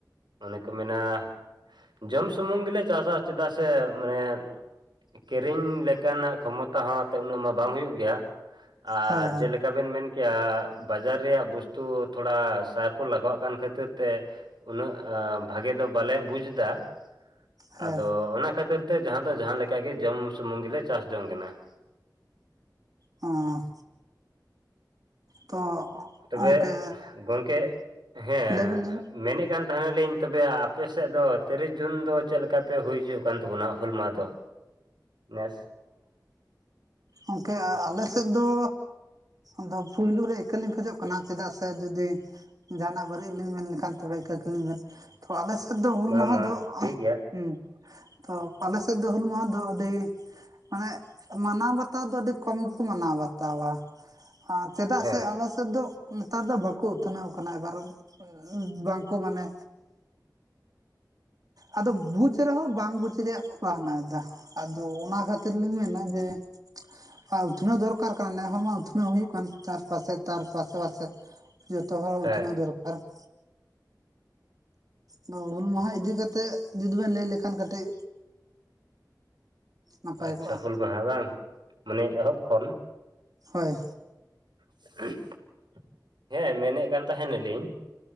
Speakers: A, on the right; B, on the right.
A: ᱚᱱᱮ ᱠᱚ ᱢᱮᱱᱟ ᱡᱚᱢ ᱥᱩᱢᱩᱝ ᱜᱮᱞᱮ ᱪᱟᱥᱟ ᱪᱮᱫᱟᱜ ᱥᱮ ᱢᱟᱱᱮ, ᱠᱤᱨᱤᱧ ᱞᱮᱠᱟᱱᱟᱜ ᱠᱷᱚᱢᱚᱛᱟ ᱦᱚᱸ ᱮᱱᱛᱮ ᱩᱱᱟᱹᱜ ᱢᱟ ᱵᱟᱝ ᱦᱩᱭᱩᱜ ᱜᱮᱭᱟ ᱟᱨ
B: ᱦᱮᱸ
A: ᱡᱮᱞᱮᱠᱟ ᱪᱮ ᱞᱮᱠᱟ ᱵᱮᱱ ᱢᱮᱱ ᱠᱮᱜᱼᱟ ᱵᱟᱡᱟᱨ ᱨᱮᱭᱟᱜ ᱵᱚᱥᱛᱩ ᱛᱷᱚᱲᱟ ᱥᱟᱨ ᱠᱚ ᱞᱟᱜᱟᱜ ᱠᱟᱱ ᱠᱷᱟᱹᱛᱤᱨ ᱛᱮ, ᱩᱱᱟᱹᱜ ᱵᱷᱟᱜᱮ ᱫᱚ ᱵᱟᱞᱮ ᱵᱩᱡᱽ ᱫᱟ ᱾
B: ᱦᱮᱸ
A: ᱟᱫᱚ ᱚᱱᱟ ᱠᱷᱟᱹᱛᱤᱨ ᱛᱮ ᱡᱟᱦᱟᱸ ᱫᱚ ᱡᱟᱦᱟᱸ ᱞᱮᱠᱟ ᱜᱮ ᱡᱚᱢ ᱥᱩᱢᱩᱝ ᱜᱮᱞᱮ ᱪᱟᱥ ᱡᱚᱝ ᱠᱟᱱᱟ ᱾
B: ᱚᱸᱻ ᱛᱚ?
A: ᱛᱚᱵᱮᱜ
B: ᱜᱚᱝᱠᱮ
A: ᱜᱚᱝᱠᱮᱜ ᱦᱮᱸᱻ
B: ᱞᱟᱹᱭ ᱵᱤᱱ ᱞᱟᱹᱭ ᱵᱤᱱ
A: ᱢᱮᱱᱮᱜ ᱠᱟᱱ ᱛᱟᱦᱮᱸᱱᱟ ᱞᱤᱧ ᱛᱚᱵᱮ ᱟᱯᱮ ᱥᱮᱜ ᱫᱚ ᱛᱤᱨᱤᱥ ᱡᱩᱱ ᱫᱚ ᱪᱮᱫ ᱞᱮᱠᱟ ᱯᱮ ᱦᱩᱭ ᱦᱚᱪᱚ? <inaudible> <inaudible> ᱠᱟᱱ ᱛᱟᱵᱚᱱᱟ ᱦᱩᱞ ᱢᱟᱦᱟ ᱫᱚ ᱱᱮᱥ?
B: ᱚᱸᱜ ᱜᱚᱝᱠᱮ ᱟᱞᱮ ᱥᱮᱫ ᱫᱚ? ᱟᱫᱚ ᱯᱩᱭᱞᱩ ᱨᱮ ᱤᱠᱟᱹ ᱞᱤᱧ ᱠᱷᱚᱡᱚᱜ ᱠᱟᱱᱟ ᱪᱮᱫᱟᱜ ᱥᱮ ᱡᱩᱫᱤ, ᱡᱟᱦᱟᱱᱟᱜ ᱵᱟᱹᱨᱤᱡ ᱞᱤᱧ ᱢᱮᱱ ᱞᱮᱠᱷᱟᱱ ᱛᱚᱵᱮ ᱤᱠᱟᱹ ᱠᱟᱹᱞᱤᱧ ᱵᱮᱱ ᱾ ᱛᱚ ᱟᱞᱮ ᱥᱮᱫ ᱫᱚ ᱦᱩᱞ
A: ᱵᱟᱝ
B: ᱢᱟᱦᱟ
A: ᱢᱟ
B: ᱫᱚ
A: ᱴᱷᱤᱠ ᱜᱮᱭᱟ
B: ᱦᱩᱸ ᱛᱚ ᱟᱞᱮ ᱥᱮᱫ ᱫᱚ ᱦᱩᱞ ᱢᱟᱦᱟ ᱫᱚ ᱟᱹᱰᱤ, ᱢᱟᱱᱮ ᱢᱟᱱᱟᱣ ᱵᱟᱛᱟᱣ ᱫᱚ ᱟᱹᱰᱤ ᱠᱚᱢ ᱜᱮᱠᱚ ᱢᱟᱱᱟᱣ ᱵᱟᱛᱟᱣᱟ᱾ ᱟ <unintelligible> ᱪᱮᱫᱟᱜ
A: ᱦᱮᱸ
B: ᱥᱮ ᱟᱞᱮ ᱥᱮᱫ ᱫᱚ? ᱱᱮᱛᱟᱨ ᱫᱚ ᱵᱟᱠᱚ ᱩᱛᱱᱟᱹᱣ ᱟᱠᱟᱱᱟ ᱮᱵᱟᱨ ᱵᱟᱝᱠᱚ ᱢᱟᱱᱮ, ᱟᱫᱚ ᱵᱩᱡᱽ ᱨᱮᱦᱚᱸ ᱵᱟᱝ ᱵᱩᱡᱽ ᱨᱮᱭᱟᱜ ᱠᱚ ᱵᱟᱦᱱᱟᱭᱮᱫᱟ ᱾ ᱟᱫᱚ ᱚᱱᱟ ᱠᱷᱟᱹᱛᱤᱨ ᱞᱤᱧ ᱢᱮᱱᱟ ᱡᱮ, ᱟᱨ ᱩᱛᱷᱱᱟᱹᱣ ᱫᱚᱨᱠᱟᱨ ᱠᱟᱱᱟ, ᱱᱮ ᱦᱚᱲ ᱢᱟ ᱩᱛᱷᱱᱟᱹᱣ ᱦᱩᱭᱩᱜ ᱠᱟᱱ ᱪᱟᱨ ᱯᱟᱥᱮ ᱛᱟᱨ ᱯᱟᱥᱮ ᱯᱟᱥᱮ ᱾ ᱡᱚᱛᱚ ᱦᱚᱲ
A: ᱦᱮᱸ
B: ᱩᱛᱷᱱᱟᱹᱜ ᱫᱚᱨᱠᱟᱨ ᱾ ᱱᱚᱣᱟ ᱦᱩᱞ ᱢᱟᱦᱟ ᱤᱫᱤ ᱠᱟᱛᱮᱜ ᱡᱩᱫᱤ ᱵᱮᱱ ᱞᱟᱹᱭ ᱞᱮᱠᱷᱟᱱ ᱠᱟᱹᱴᱤᱡ, ᱱᱟᱯᱟᱭ
A: ᱟᱪᱪᱷᱟ
B: ᱠᱚᱜᱼᱟ
A: ᱦᱩᱞ ᱢᱟᱦᱟ ᱵᱟᱝ ᱢᱟᱱᱮ ᱮᱦᱚᱵ ᱠᱷᱚᱱ,
B: ᱦᱚᱭ
A: <unintelligible> ᱦᱮᱸ ᱢᱮᱱᱮᱜ ᱠᱟᱱ ᱛᱟᱦᱮᱸᱱᱟ ᱞᱤᱧ